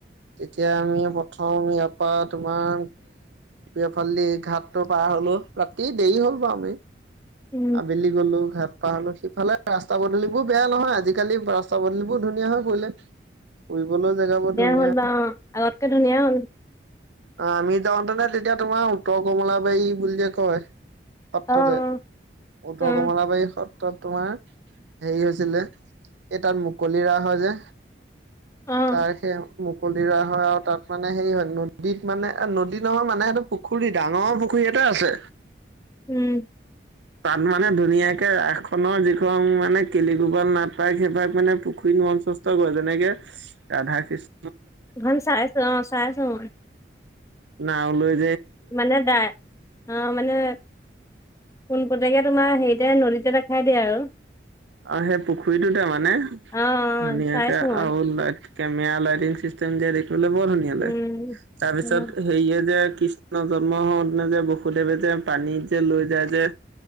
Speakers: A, on the right; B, on the left.
A: তেতিয়া আমি প্ৰথম ইয়াৰ পৰা তোমাৰ এইফালি <unintelligible> ঘাটটো পাৰ লো ৰাতি দেৰি হ'ল বাৰু আমি
B: উম
A: আবেলি গলো ঘাট সিফালে ৰাস্তা পদূলিবোৰ বেয়া নহয় আজিকালি ৰাস্তা পদূলিবোৰ ধুনীয়া হয় গলে ফুৰিবলৈও জেগাবোৰ ধুনীয়া
B: হ'ল বা অ', আগতকে ধুনীয়া হ'ল।
A: আমি যাওঁতেনে তেতিয়া তোমাৰ উত্তৰ কমলাবাৰী বুলিয়ে কয় সত্ৰ
B: অ',
A: যে উত্তৰ
B: অ',
A: কমলাবাৰী সত্ৰ তোমাৰ হেৰি হৈছিলে এই তাত মুকলি ৰাস হয় যে
B: অ',
A: তাৰ সেই মুকলি ৰোৱা হয় আৰু তাত মানে সেই হয় ন নদীত মানে নদী নহয় মানে সটো পুখুৰী ডাঙৰ পুখুৰী এটা আছে
B: উম
A: তাত মানে ধুনীয়াকে ৰাস খনৰ যিখন মানে কেলিগোবল নাটায় সেইবাৰ মানে পুখুৰী মঞ্চস্থ কৰে যেনেকে ৰাধা কৃষ্ণ
B: সেইখন চাইছোঁ অ চাইছো মই
A: নাওলৈ
B: মানে ড অ মানে কোনপতেকে তোমাৰ হেৰিতে নদীতে দেখাই দিয়ে আৰু
A: অ সেই পুখুৰীটোতে মানে
B: অ', অ',
A: ধুনিয়াকে
B: চাইছো মই
A: আৰু ল কেমেৰা লাইটিং চিষ্টেম যে বোলে বৰ ধুনীয়া লাগ
B: উম।
A: তাৰ পিছত
B: উম,
A: হেৰিয়ে যে কৃষ্ণৰ জন্ম হওঁনে যে বসুদেৱে যে পানীত যে লৈ যায় যে